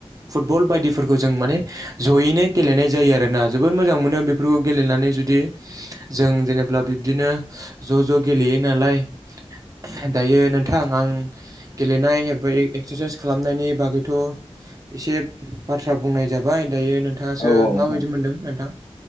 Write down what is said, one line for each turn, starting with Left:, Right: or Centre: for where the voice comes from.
Right: फुटबल बायदिफोरखौ जों माने जयैनो गेलेनाय जायो आरोना जोबोद मोजां मोनो बेफोरखौ गेलेनानै जुदि जों जेनेबा जब्ला बिब्दिनो ज ज गेलेयो नालाय दायो नोंथां आं गेलेनाय एबा एक्सारसाइस खालामनायनि बागैथ एसे बाथ्रा बुंनाय जाबाय दायो नोंथाङासो
Left: औ औ नोंथां
Right: माबायदि मोनदों नोंथां?